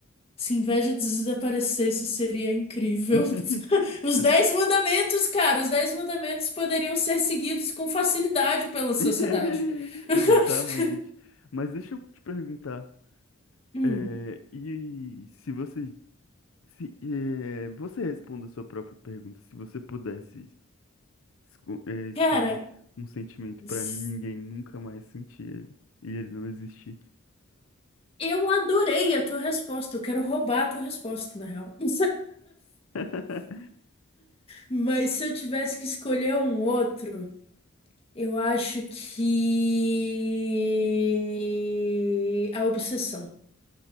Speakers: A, on the left; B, on the left.
A: Se inveja desaparecesse, seria incrível.
B: <laughs>
A: <laughs> Os
B: Eu-
A: Dez Mandamentos, cara, os Dez Mandamentos poderiam ser seguidos com facilidade pela sociedade.
B: <laughs>
A: <laughs>
B: Exatamente. Mas deixa eu te perguntar,
A: Hum,
B: é, e se você, se, é, você responda a sua própria pergunta, se você pudesse esco- é, escolher
A: cara,
B: um sentimento
A: s-
B: para ninguém nunca mais sentir ele, e ele não existir.
A: eu adorei a tua resposta. Eu quero roubar a tua resposta, na real. <laughs>
B: <laughs>
A: Mas se eu tivesse que escolher um outro, eu acho que a obsessão.